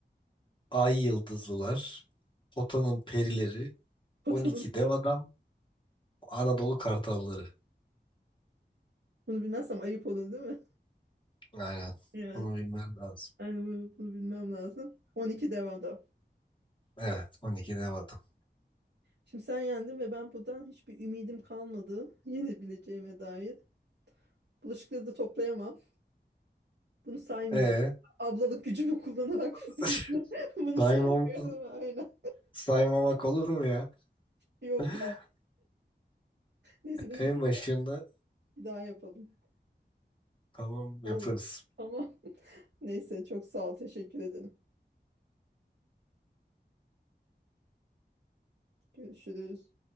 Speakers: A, on the left; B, on the right.
A: Ay Yıldızlılar, Potanın Perileri,
B: Potanım.
A: 12 Dev Adam, Anadolu Kartalları.
B: Bunu bilmezsem ayıp olur değil mi?
A: Aynen.
B: Yani,
A: Bunu bilmen lazım.
B: yani bunu, bunu bilmem lazım. 12 devamda.
A: Evet, 12 Dev Adam.
B: Şimdi sen yendin ve ben buradan hiçbir ümidim kalmadı. <laughs> Yenebileceğime dair. Bulaşıkları da toplayamam. Bunu saymıyorum.
A: Ee,
B: Ablalık gücümü kullanarak
A: <laughs>
B: <laughs> bunu
A: saymam,
B: saymıyorum. Aynen.
A: saymamak olur mu ya?
B: Yok.
A: <laughs>
B: ya. Neyse bunu
A: En
B: bir tek
A: başında
B: Bir daha yapalım.
A: tamam
B: olur.
A: yaparız.
B: Tamam. <laughs> Neyse çok sağ ol. Teşekkür ederim. Görüşürüz.